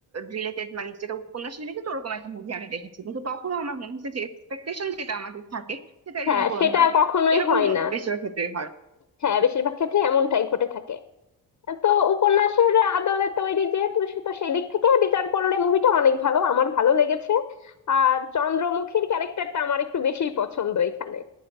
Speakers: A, on the right; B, on the left.
A: রিলেটেড মানে যেটা উপন্যাস রিলেটেড ওরকম একটা মুভি আমি দেখেছি কিন্তু তখনও আমার মনে হচ্ছে যে এক্সপেকটেশন যেটা আমাদের থাকে সেটা এখানে
B: হ্যাঁ
A: পূরণ
B: সেটা
A: হয় নাই
B: কখনোই
A: এরকম
B: হয় না
A: বেশিরভাগ ক্ষেত্রেই হয়
B: হ্যাঁ বেশিরভাগ ক্ষেত্রে এমনটাই ঘটে থাকে তো উপন্যাসের আদলে তৈরি যেহেতু তো সেই দিক থেকে বিচার করলে মুভিটা অনেক ভালো আমার ভালো লেগেছে আর চন্দ্রমুখীর ক্যারেক্টারটা আমার একটু বেশিই পছন্দ এখানে